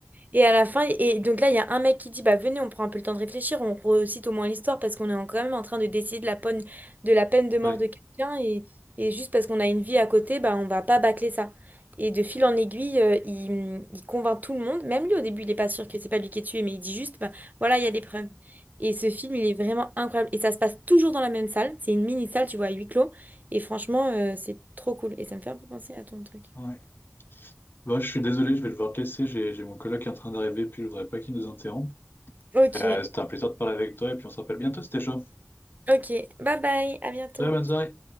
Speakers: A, on the right (about 35°); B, on the left (about 45°).
A: et à la fin, et donc là, il y a un mec qui dit, bah venez, on prend un peu le temps de réfléchir, on recite au moins l'histoire parce qu'on est en- quand même en train de décider de la peine de la peine de mort
B: Ouais.
A: de quelqu'un et, et juste parce qu'on a une vie à côté, bah on va pas bâcler ça. Et de fil en aiguille, euh, il, il convainc tout le monde. Même lui, au début, il est pas sûr que c'est pas lui qui est tué, mais il dit juste, bah voilà, il y a des preuves. Et ce film, il est vraiment incroyable. Et ça se passe toujours dans la même salle. C'est une mini salle, tu vois, à huis clos. Et franchement, euh, c'est trop cool. Et ça me fait un peu penser à ton truc.
B: Ouais. Bon, je suis désolé, je vais devoir te laisser. J'ai j'ai mon collègue qui est en train d'arriver, puis je voudrais pas qu'il nous interrompe.
A: Ok.
B: Mais, euh, c'était un plaisir de parler avec toi, et puis on se rappelle bientôt, c'était chaud.
A: Ok, bye bye, à bientôt.
B: Salut, bonne soirée.